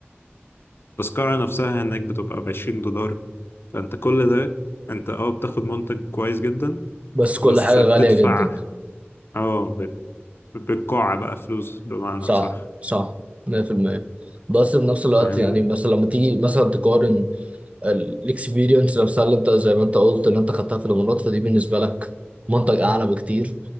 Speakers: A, on the left; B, on the right.
A: التذكرة نفسها هناك بتبقى ب 20 دولار فأنت كل ده أنت أه بتاخد منتج كويس جدا
B: بس كل
A: بس
B: حاجه
A: بتدفع
B: غاليه جدا
A: أه بت- بالقاع بقى فلوس بمعنى
B: صح
A: صح
B: صح 100% بس في نفس الوقت
A: فاهمني؟
B: يعني مثلا لما تيجي مثلا تقارن الاكسبيرينس نفسها اللي انت زي ما انت قلت اللي انت خدتها في الامارات فدي بالنسبه لك منطق اعلى بكتير